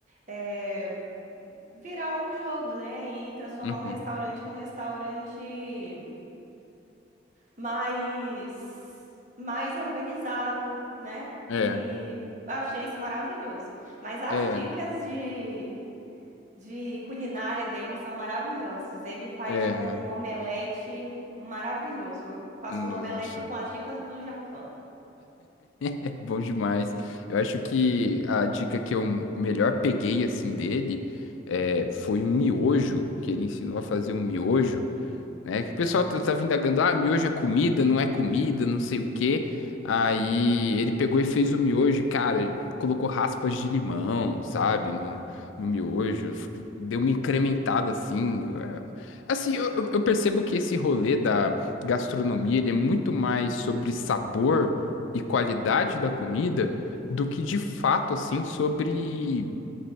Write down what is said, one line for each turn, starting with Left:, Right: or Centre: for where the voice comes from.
Right: eh, virar o jogo, né? E transformar
Left: Uhum.
Right: um restaurante num restaurante mais, mais organizado, né?
Left: É,
Right: E achei isso maravilhoso. Mas as
Left: é,
Right: dicas de, de culinária dele são maravilhosas. Ele faz
Left: é.
Right: um omelete maravilhoso. Eu faço
Left: Nossa,
Right: o omelete com as dicas do Jacan.
Left: é bom demais. Eu acho que a dica que eu melhor peguei, assim, dele. é, foi um miojo, que ele ensinou a fazer um miojo. né? Que o pessoal tá, tá vindagando, ah, miojo é comida, não é comida, não sei o quê. Aí ele pegou e fez o miojo, e, cara, ele colocou raspas de limão, sabe, no, no miojo, ficou- deu uma incrementada assim. É, Assim, eu, eu eu percebo que esse rolê da gastronomia, ele é muito mais sobre sabor e qualidade da comida do que de fato, assim, sobre